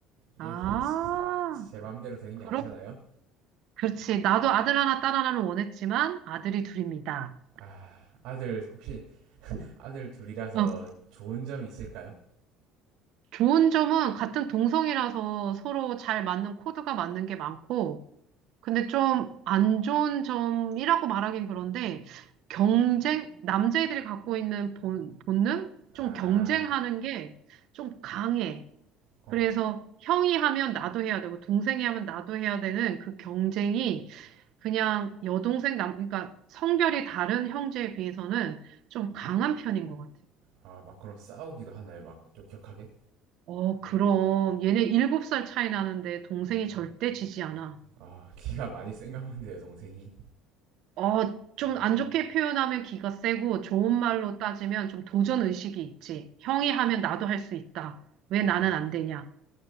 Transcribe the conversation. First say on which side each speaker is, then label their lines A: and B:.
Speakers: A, on the right; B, on the right.
A: 이게
B: 아,
A: 제 맘대로 되는
B: 그렇,
A: 게 아니잖아요?
B: 그렇지. 나도 아들 하나, 딸 하나는 원했지만, 아들이 둘입니다.
A: 아, 아들, 혹시 아들 둘이라서
B: 어.
A: 좋은 점이 있을까요?
B: 좋은 점은 같은 동성이라서 서로 잘 맞는 코드가 맞는 게 많고, 근데 좀 안 좋은 점이라고 말하긴 그런데, 경쟁, 남자애들이 갖고 있는 본, 본능?
A: 아,
B: 좀 경쟁하는 게 좀 강해.
A: 어,
B: 그래서
A: 어,
B: 형이 하면 나도 해야 되고, 동생이 하면 나도 해야 되는 그 경쟁이 그냥 여동생, 남, 그러니까 성별이 다른 형제에 비해서는 좀 강한 편인 것 같아요.
A: 아, 막 그럼 싸우기도 하나요? 막 좀 격하게?
B: 어, 그럼. 얘네 일곱 살 차이 나는데 동생이 절대 지지 않아.
A: 아, 기가 많이 센가 본데요, 동생이.
B: 어, 좀 안 좋게 표현하면 기가 세고 좋은 말로 따지면 좀 도전 의식이 있지. 형이 하면 나도 할 수 있다. 왜 나는
A: 야,
B: 안 되냐.